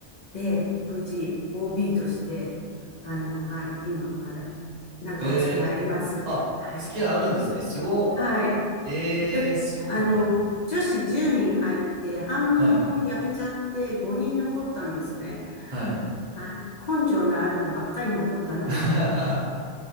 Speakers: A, on the left (about 60°); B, on the right (about 40°).
A: で、無事、OB として、あの、はい、今、まだ、なんかお付き合いあります。
B: ええあ、
A: はい。
B: 付き合いあるんですね。すご。
A: はい。
B: ええそうなんや。
A: で、あの、女子10人入って、半分やめちゃって5人残ったんですね。
B: はい。はい。
A: はい。根性のあるのばっかり残ったんですよ。
B: <laughs>